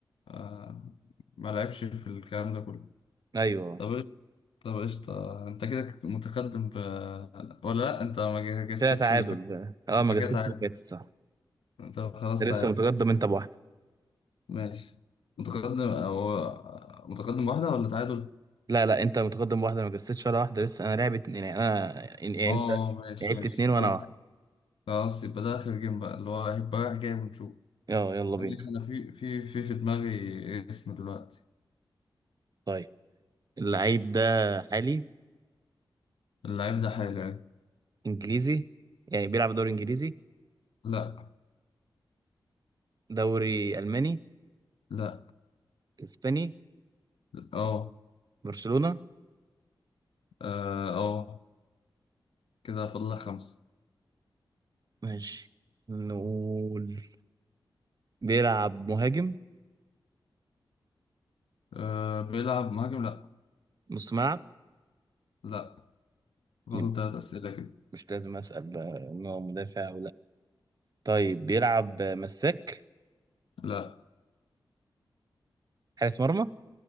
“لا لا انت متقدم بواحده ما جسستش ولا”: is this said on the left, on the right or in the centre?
Right